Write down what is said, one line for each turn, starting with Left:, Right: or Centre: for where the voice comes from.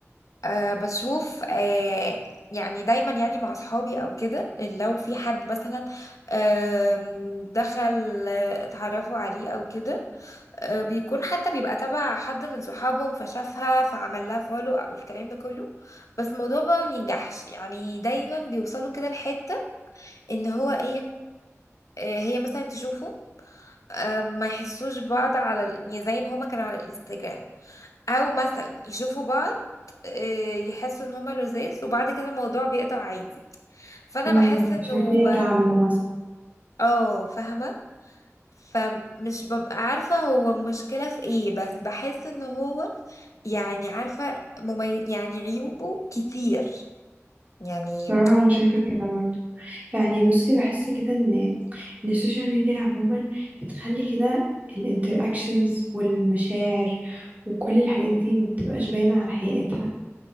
Left: أه بشوف أه يعني دايما يعني مع اصحابي او كده إن لو في حد مثلا آم، دخل آه، اتعرفوا عليه او كده آه، بيكون حتى بيبقى تبع حد من صحابهم فشافها فعمل لها فولو او الكلام ده كله بس الموضوع بقى ما بينجحش يعني دايما بيوصلوا كده لحتة ان هو ايه آه، هي مثلا تشوفه آه، ما يحسوش بعض على ال- يعني زي ما هما كانوا على الانستجرام او مثلا يشوفوا بعض آه، يحسوا ان هما لذاذ وبعد كده الموضوع بيقطع عادي فانا
Right: مم،
Left: بحس انه
Right: مش عارفين يتعاملوا مثلا
Left: اه فاهمه فمش ببقى عارفه هو المشكله في ايه بس بحس ان هو يعني عارفه ممي... يعني عيوبه كتير يعني
Right: بصراحة انا شايفة كده برضه يعني بصي بحس كده ان ان السوشيال ميديا عموما بتخلي كده الانتراكشنز والمشاعر وكل الحاجات دي ما بتبقاش باينة على حقيقتها